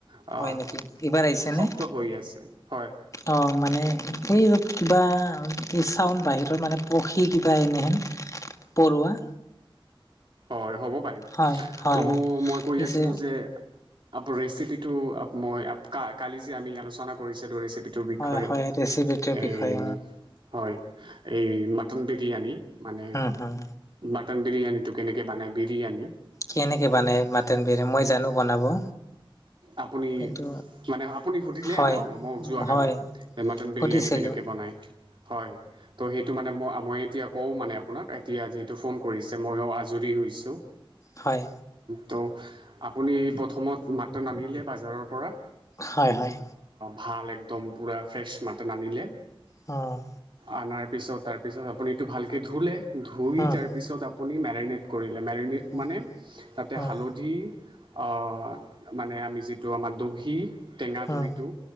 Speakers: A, on the right (about 60°); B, on the left (about 35°).
A: আ
B: হয় নেকি এইবাৰ আহিছে
A: শব্দ
B: নে
A: হৈ আছে হয়
B: অ মানে সেই কিবা এই চাউণ্ড বাহিৰত মানে পক্ষী কিবা এনেহেন পৰুৱা
A: হয় হ'ব।
B: হয়, হয়,
A: ত
B: হয়।
A: মই কৈ
B: পিছে
A: আছিলো যে আপ ৰেচিপি টো মই কালি যে আমি আলোচনা কৰিছিলো ৰেচিপি ৰ বিষয়ে
B: হয়, হয় ৰেচিপিটোৰ বিষয়ে
A: এই হয়। এই মটন বিৰিয়ানী। মানে
B: উম, হুম, হুম।
A: বাকী তন বিৰিয়ানীটোক। কেনেকৈ বনায় বিৰিয়ানী।
B: কেনেকে বনাই মাটন বিৰি মই জানো বনাব।
A: আপুনি
B: কিন্তু
A: মানে আপুনি সুধিলে
B: হয়,
A: ন মই যোৱাকালি
B: হয়
A: মাটন
B: সুধিছিলোঁ।
A: বিৰিয়ানী কেনেকে বনাই হয় ত সেই সেইটো মানে ম মই এতিয়া কওঁ মানে আপোনাক এতিয়া যিহেতু ফোন কৰিছে ময়ো আজৰি হৈছোঁ।
B: হয়।
A: ত' আপুনি প্ৰথমত মতন আনিলে বজাৰৰ পৰা
B: হয় হয়
A: ভাল একদম পুৰা ফ্ৰেছ মাটন আনিলে।
B: উম
A: আনাৰ তাৰপিছত তাৰপিছত আপুনি এইটো ভালকৈ ধুলে। ধুই
B: উম
A: তাৰপিছত আপুনি মেৰিনেত কৰি মেৰিনেট
B: উম
A: মানে তাতে
B: উম
A: হালধি অঁ মানে আমি যিটো আমাৰ দহি টেঙা
B: উম
A: দহিটো